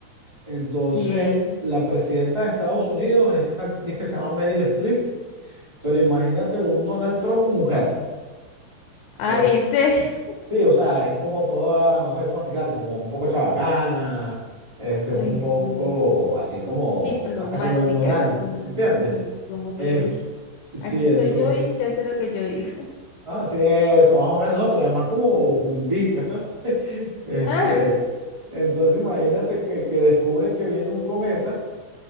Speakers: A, on the right; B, on the left.
A: Entonces,
B: Sí.
A: la presidenta de Estados Unidos es esta actriz que se llama Meryl Streep Pero imagínate un Donald Trump mujer.
B: Ay,
A: Eh,
B: en serio. <laughs>
A: sí, o sea, es como toda, no sé cómo explicarte, como un poco chabacana, este, es
B: Uy,
A: un poco
B: sí.
A: así como,
B: Diplomática,
A: hasta como ignorante,
B: como,
A: ¿entiendes?
B: sí, como que,
A: Eh,
B: uy,
A: sí,
B: aquí
A: entonces,
B: soy yo y se hace lo que yo diga. <laughs>
A: ah, sí, eso, más o menos, no, pero además como brutica. <laughs> Este,
B: Ah.
A: entonces imagínate que, que descubren que viene un cometa